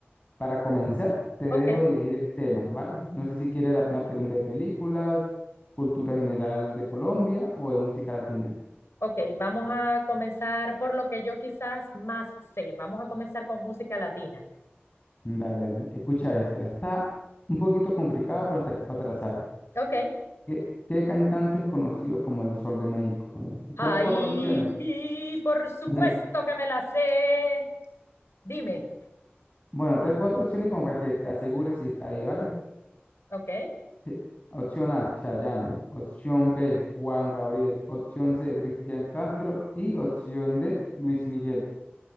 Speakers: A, on the left; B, on the left.
A: para comenzar, te dejo
B: Ok,
A: elegir el tema, ¿vale? No sé si quieres la primera pregunta de películas, cultura general de Colombia o de música latina.
B: ok, vamos a comenzar por lo que yo quizás más sé. Vamos a comenzar con música latina.
A: Dale, dale. Escucha esta. Está un poquito complicada, pero hasta capaz te la sabes.
B: Ok.
A: ¿Qué, qué cantante es conocido como el Sol de México? Y te
B: Ay,
A: dar cuatro opciones.
B: por supuesto
A: <laughs>
B: que me la sé. Dime.
A: Bueno, te dar cuatro opciones como para que te asegures si está ahí, ¿vale?
B: Ok.
A: Sí. Opción A, Chayanne. Opción B, Juan Gabriel. Opción C, Cristian Castro. Y opción D, Luis Miguel.